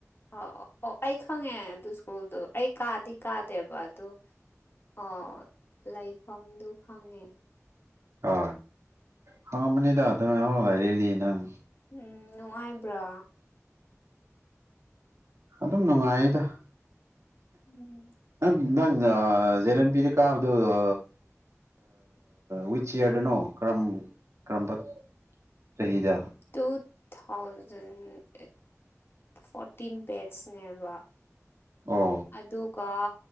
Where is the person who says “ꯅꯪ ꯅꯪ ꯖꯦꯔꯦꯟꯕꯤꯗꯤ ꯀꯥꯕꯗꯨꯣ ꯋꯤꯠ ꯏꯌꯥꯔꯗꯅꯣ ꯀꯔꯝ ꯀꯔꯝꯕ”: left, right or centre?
Right